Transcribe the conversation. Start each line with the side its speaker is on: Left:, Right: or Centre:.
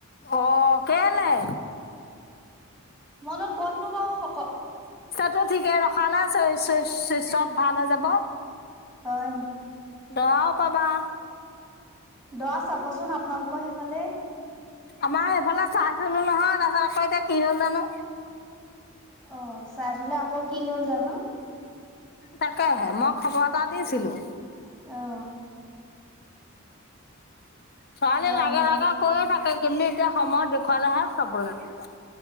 Left: অ কেইলেে
Centre: মনৰ ক'তনোবা শকত
Left: টো ঠিকে ৰখালে চব ভাল হৈ যাব
Centre: হয় নি
Left: গও পাবা
Centre: দহ চাবচোন আপোনালোকৰ সেইফালে
Left: আমাৰ এইফালে চাই চলো নহয় তাৰপিছত আকৌ এতিয়া কি হল জানো
Centre: অ চাই থলে আকৌ কি হল জানো
Left: তাকেহে মই খবৰ এটা দিছিলো
Centre: আহ
Left: ছোৱালী
Centre: জানো
Left: লাগা লগাগা
Centre: পাই
Left: কৈে থাকে কিন্তু এতিয়া সময় দেখুৱালেহে সবৰে নেযায়